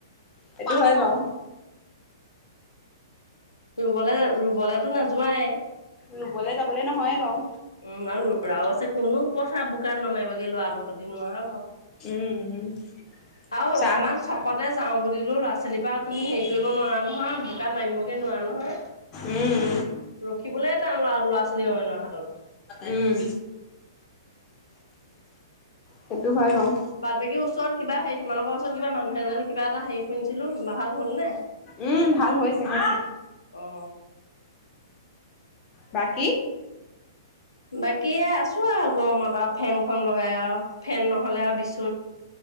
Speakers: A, on the left (about 25°); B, on the left (about 80°).
A: সেইটো হয় বাৰু
B: ৰুবলৈ ৰুবলৈতো না যোৱাই উম
A: ৰুবলে যাবলে নহয়ে বাৰু
B: আৰু লৰাও আছে কোনো পঠা বোকাত লৰমাৰিব লোৱা দূখতে নোৱাৰা বাৰু
A: উম, উম
B: আৰু
A: চাহ
B: অকমান চকতে যাওঁ বুলিলো ল'ৰা ছোৱালীৰ পৰা তুমি হেৰি কৰিব নোৱাৰা নহয় বোকাত নামিবগৈ নোৱাৰা নহয়
A: উম,
B: ৰখিবলৈ তান ল'ৰা ছোৱালী অইনৰ হাতত
A: উম, সেইটো হয় বাৰু
B: বাট বাকীৰ ওচৰত কিবা হেৰি তোমালোকৰ ওচৰত কিবা মানুহ এজনী কিবা এটা হেৰি শুনিছিলো ভাল হল নে
A: উম, ভাল হৈছে হৈছে
B: অ
A: বাকি
B: বাকি আছো আৰু গৰমত আৰু ফেনখন লগাই আৰু ফেন নহ'লে আৰু বিচো